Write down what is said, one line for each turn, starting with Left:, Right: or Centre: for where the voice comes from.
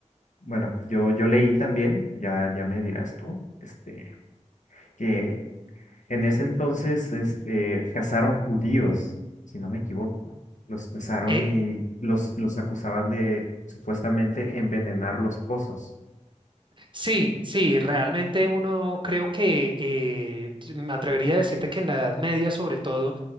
Left: Bueno, yo, yo leí también, ya, ya me dirás tú, este, que en ese entonces, este, cazaron judíos, si no me equivoco. Los cazaron
Right: Eh,
Left: y los, los acusaban de supuestamente envenenar los pozos.
Right: sí, sí, realmente uno creo que eh, me atrevería a decirte que en la Edad Media, sobre todo,